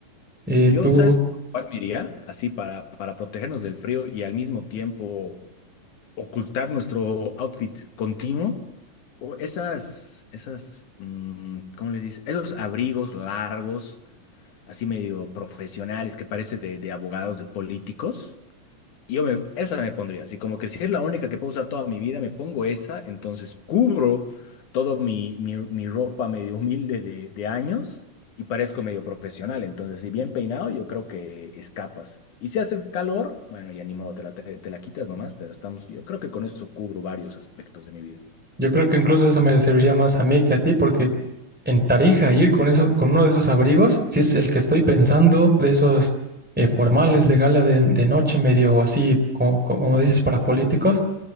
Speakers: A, in the centre; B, on the left.
A: Eh,
B: Yo,
A: ¿tú,
B: ¿sabes por cuál me iría? Así para, para protegernos del frío y al mismo tiempo ocultar nuestro outfit continuo o esas, esas, mm, ¿cómo les dice? Esos abrigos largos, así medio profesionales que parece de, de abogados, de políticos. Y Yo me- esa me pondría, así como que si es la única que puedo usar toda mi vida, me pongo esa, entonces cubro todo mi, mi, mi ropa medio <laughs> humilde de, de años y parezco medio profesional, entonces si bien peinado yo creo que escapas. Y si hace calor, bueno, ya ni modo, te la, te, te la quitas nomás, pero estamos, yo creo que con eso cubro varios aspectos de mi vida.
A: Yo creo que incluso eso me serviría más a mí que a ti, porque en Tarija ir con eso, con uno de esos abrigos, si es el que estoy pensando, de esos eh, formales de gala de, de noche medio así, como, como dices, para políticos,